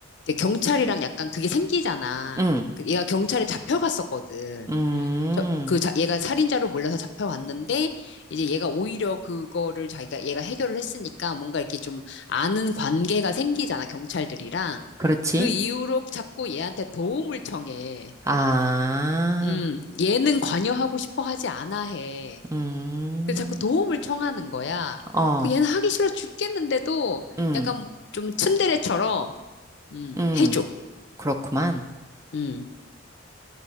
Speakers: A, on the left (about 60°); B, on the right (about 15°).
A: 이 경찰이랑 약간 그게 생기잖아.
B: 응,
A: 그 얘가 경찰에 잡혀갔었거든.
B: 음.
A: 저, 그, 자, 얘가 살인자로 몰려서 잡혀왔는데, 이제 얘가 오히려 그거를 자기가, 얘가 해결을 했으니까 뭔가 이렇게 좀 아는 관계가 생기잖아, 경찰들이랑.
B: 그렇지.
A: 그 이후로 자꾸 얘한테 도움을 청해.
B: 아.
A: 음, 얘는 관여하고 싶어 하지 않아 해.
B: 음.
A: 그래서 자꾸 도움을 청하는 거야.
B: 어,
A: 그 얘는 하기 싫어 죽겠는데도
B: 응,
A: 약간 좀 츤데레처럼, 음,
B: 응.
A: 해줘.
B: 그렇구만.
A: 음.